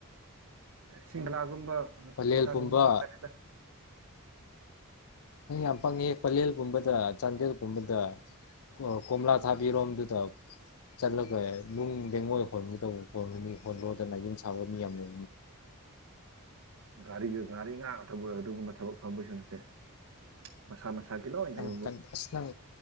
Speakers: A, on the right; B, on the left.
A: ꯁꯤꯡꯂꯥꯒꯨꯝꯕ
B: ꯄꯂꯦꯜ
A: ꯎꯁꯥꯡꯒꯨꯝꯕ
B: ꯄꯨꯝꯕ
A: ꯉꯥꯛꯇꯅꯦꯗ
B: ꯅꯪ ꯌꯥꯝꯄꯪꯉ ꯄꯂꯦꯜꯒꯨꯝꯕꯗ ꯆꯪꯦ <unintelligible> ꯑꯗꯨ ꯀꯕꯗ ꯀꯣꯝꯂꯥ ꯊꯥꯕꯤꯔꯣꯝꯗꯨꯗ ꯆꯠꯂꯒ ꯅꯨꯡ ꯦꯡꯉꯣꯏ ꯍꯣꯟꯒꯗꯧꯕ ꯈ ꯃꯤ ꯈꯣꯜꯂꯣꯗꯅ ꯌꯨꯝ <unintelligible> ꯁꯥꯕ ꯃꯤ ꯌꯥꯝꯃꯤ
A: ꯒꯥꯔꯤꯒ ꯉꯥꯔꯤ ꯉꯥ ꯇꯧꯕ ꯑꯗꯨꯒꯨꯝꯕ ꯊꯕꯛ ꯐꯪꯕꯒꯤꯁꯨ ꯅꯠꯇꯦ ꯃꯁꯥ ꯃꯁꯥ ꯁꯥꯀꯤꯂꯅꯕꯨ
B: ꯅꯪ ꯀꯟ ꯑꯁ ꯅꯪ